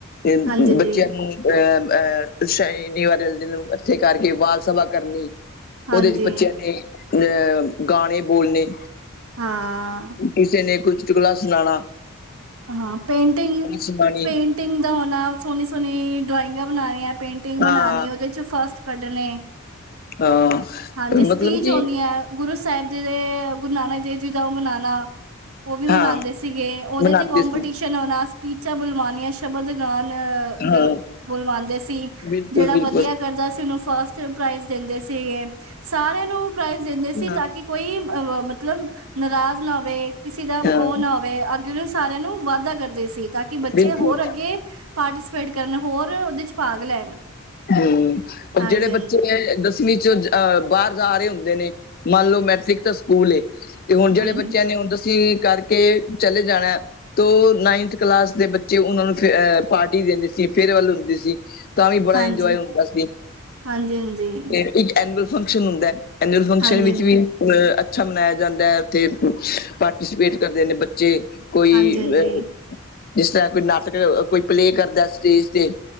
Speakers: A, on the left; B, on the right.
A: ਅ
B: ਹਾਂਜੀ-ਹਾਂਜੀ,
A: ਬੱਚਿਆਂ ਨੂੰ ਅਹ ਅਹ ਸ਼ਨੀਵਾਰ ਦਿਨ ਨੂੰ ਇਕੱਠੇ ਕਰਕੇ ਬਾਲ ਸਭਾ ਕਰਨੀ।
B: ਹਾਂਜੀ
A: ਉਹਦੇ ਚ ਬੱਚਿਆਂ ਨੇ ਅਹ ਗਾਣੇ ਬੋਲਣੇ।
B: ਹਾਂ।
A: ਕਿਸੇ ਨੇ ਕੋਈ ਚੁਟਕਲਾ ਸੁਣਾਣਾ।
B: ਹਾਂ ਪੇਂਟਿੰਗ-ਪੇਂਟਿੰਗ
A: ਸੁਣਾਉਣੀ
B: ਦਾ ਹੋਣਾ, ਸੋਹਣੀ-ਸੋਹਣੀ ਡਰਾਇੰਗਾਂ ਬਣਾਣੀਆਂ। ਪੇਂਟਿੰਗ
A: ਹਾਂ
B: ਬਣਾਣੀ, ਉਹਦੇ ਚ ਫਸਟ ਕੱਢਣੇ।
A: ਹਾਂ।
B: ਹਾਂਜੀ ਸਪੀਚ
A: ਮਤਲਬ ਕਿ
B: ਹੁੰਦੀਆਂ, ਗੁਰੂ ਸਾਹਿਬ ਜੀ ਦੇ ਗੁਰੂ ਨਾਨਕ ਦੇਵ ਜੀ ਦਾ ਉਹ ਮਨਾਣਾ ਉਹ ਵੀ ਮਨਾਂਦੇ
A: ਹਾਂ
B: ਸੀਗੇ, ਉਹਨੇ
A: ਬਣਾਉਂਦੇ
B: ਤੇ ਕੋਂਪੀਟੀਸ਼ਨ
A: ਸੀ
B: ਹੋਣਾ, ਸਪੀਚਾਂ ਬੁਲਵਾਣੀਆਂ। ਸ਼ਬਦ ਗਾਣ
A: ਹਾਂ
B: ਗਲ ਬੁਲਵਾਂਦੇ ਸੀ,
A: ਬਿਲਕੁਲ
B: ਜਿਹੜਾ
A: ਬਿਲਕੁਲ
B: ਵਧੀਆ ਕਰਦਾ ਸੀ ਉਹਨੂੰ ਫਸਟ ਫੇਰ ਪ੍ਰਾਈਜ਼ ਦਿੰਦੇ ਸੀਗੇ, ਸਾਰਿਆਂ ਨੂੰ ਪ੍ਰਾਈਜ਼ ਦਿੰਦੇ ਸੀ
A: ਹਾਂ
B: ਤਾਂ ਕਿ ਕੋਈ ਅ ਮਤਲਬ ਨਾਰਾਜ਼ ਨਾ ਹੋਵੇ, ਕਿਸੇ ਦਾ
A: ਹਾਂ
B: ਉਹ ਨਾ ਹੋ ਅੱਗੇ ਸਾਰਿਆਂ ਨੂੰ ਵਾਧਾ ਕਰਦੇ ਸੀ, ਤਾਂ ਕਿ ਬੱਚੇ
A: ਬਿਲਕੁਲ
B: ਹੋਰ ਅੱਗੇ ਪਾਰਟੀਸ ਸਪੇਟ ਕਰਨ, ਹੋਰ ਉਹਦੇ ਚ ਭਾਗ ਲੈਣ।
A: ਹੂੰ, ਉਹ
B: ਹਾਂਜੀ
A: ਜਿਹੜੇ ਬੱਚੇ ਦਸ ਦਸਵੀਂ ਚ, ਅਹ ਬਾਹਰ ਜਾ ਰਹੇ ਹੁੰਦੇ ਨੇ, ਮੰਨ ਲਓ ਮੈਟ੍ਰਿਕ ਤੱਕ ਸਕੂਲ ਏ। ਤੇ, ਹੁਣ ਜਿਹੜੇ
B: ਹਾਂਜੀ
A: ਬੱਚਿਆਂ ਨੇ, ਹੁਣ ਦਸਵੀਂ ਕਰਕੇ ਚਲੇ ਜਾਣਾ। ਤੋ ਨਾਈਨਥ ਕਲਾਸ ਦੇ ਬੱਚੇ, ਉਹਨਾਂ ਨੂੰ ਫਿਰ ਅਹ ਪਾਰਟੀ ਦਿੰਦੇ ਸੀ, ਫੇਅਰਵੈਲ ਹੁੰਦੀ ਸੀ। ਤਾਂ, ਵੀ ਬੜਾ
B: ਹਾਂਜੀ
A: ਇੰਜੋਏ, ਹੁੰਦਾ ਸੀ
B: ਹਾਂਜੀ ਹਾਂਜੀ
A: ਤੇ ਇੱਕ ਐਨੂਅਲ ਫੰਕਸ਼ਨ ਹੁੰਦਾ ਹੈ। ਐਨੂਅਲ ਫੰਕਸ਼ਨ
B: ਹਾਂਜੀ
A: ਵਿੱਚ
B: ਹਾਂਜੀ
A: ਵੀ ਅ ਅੱਛਾ, ਮਨਾਇਆ ਜਾਂਦਾ ਹੈ। ਉੱਥੇ ਪਾਰਟੀਸਪੇਟ ਕਰਦੇ ਨੇ ਬੱ ਜੇ, ਕੋਈ
B: ਹਾਂਜੀ ਹਾਂਜੀ ਹਾਂਜੀ
A: ਅ ਜਿਸ ਤਰ੍ਹਾਂ, ਕੋਈ ਨਾਟਕ ਕੋਈ ਪਲੇਅ, ਕਰਦਾ ਸਟੇਜ ਤੇ,